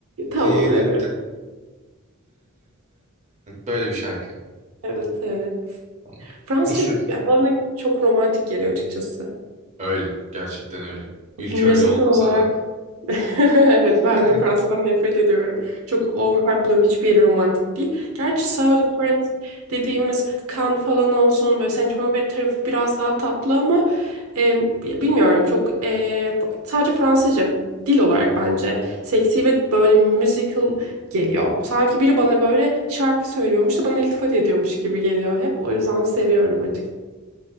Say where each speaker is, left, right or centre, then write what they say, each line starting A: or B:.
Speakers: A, on the right (about 75°); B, on the right (about 30°).
A: Tamam
B: Böyle
A: evet.
B: bir şarkı.
A: <laughs> Evet evet.
B: Tamam.
A: Fransızca
B: Rusça.
A: ya bana çok romantik geliyor açıkçası.
B: Öyle. Gerçekten öyle. Ülke
A: Müzikal
B: öyle olmasa
A: olarak
B: da.
A: <laughs> evet
B: <laughs>
A: ben de Fransa'dan nefret ediyorum. Çok overhype buluyorum. Hiçbir yeri romantik değil. Gerçi South of France dediğimiz Cannes falan olsun böyle Saint Tropez tarafı biraz daha tatlı ama e, bilmiyorum çok e, sadece Fransızca dil olarak bence seksi ve böyle musical geliyor. Sanki biri bana böyle şarkı söylüyormuş da bana iltifat ediyormuş gibi geliyor hep. O yüzden seviyorum açıkçası.